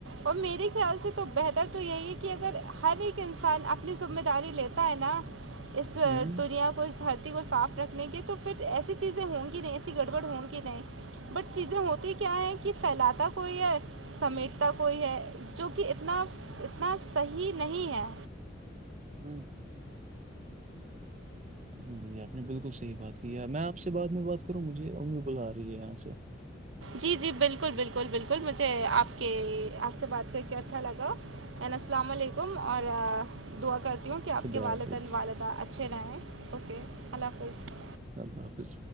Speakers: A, on the right; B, on the right.
A: اور میرے خیال سے تو بہتر تو یہی ہے کہ اگر ہر ایک انسان اپنی ذمہ داری لیتا ہے نا اس
B: ہوں
A: دنیا کو دھرتی کو صاف رکھنے کی تو پھر ایسی چیزیں ہوں گی نہیں ایسی گڑبڑ ہوں گی نہیں بٹ چیزیں ہوتی کیا ہیں کہ پھیلاتا کوئی ہے سمیٹتا کوئی ہے جو کہ اتنا اتنا صحیح نہیں ہے
B: ہوں جی آپ نے بالکل صحیح بات کی ہے میں آپ سے بعد میں بات کروں مجھے امی بلا آ رہی ہے یہاں سے
A: جی جی بالکل بالکل بالکل مجھے آپ کے آپ سے بات کر کے اچھا لگا السلام علیکم اور دعا کرتی ہوں کہ آپ
B: خدا
A: کے والدین
B: حافظ
A: والدہ اچھے رہیں اوکے اللہ حافظ
B: اللہ حافظ